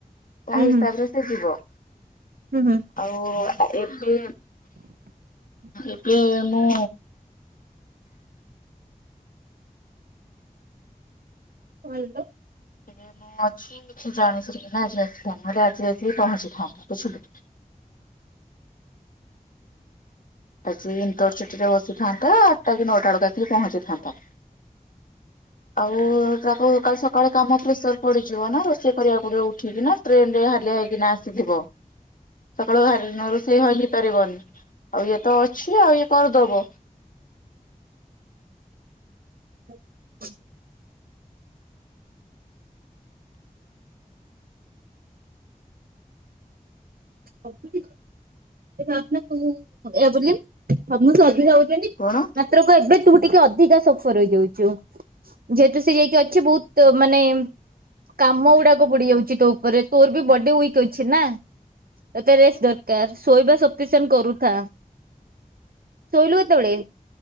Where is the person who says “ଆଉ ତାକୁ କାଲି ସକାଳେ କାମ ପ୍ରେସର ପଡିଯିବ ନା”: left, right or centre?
Left